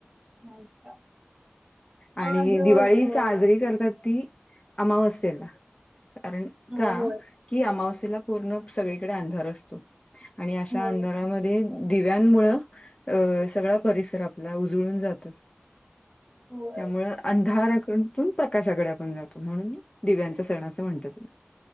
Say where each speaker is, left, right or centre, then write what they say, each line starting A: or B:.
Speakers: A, on the right; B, on the left.
A: अच्छा! मग
B: आणि
A: असं
B: दिवाळी
A: अ
B: साजरी करतात ती अमावस्येला कारण
A: हा
B: का
A: होय
B: की अमावस्यला पूर्ण सगळीकडे अंधार असतो. आणि अशा
A: होय
B: अंधारामध्ये दिव्यांमुळं अ सगळा परिसर आपला उजळून जातो.
A: होय
B: त्यामुळं अंधाराकडून प्रकाशाकडे आपण जातो म्हणून दिव्यांचा सण असं म्हणतात.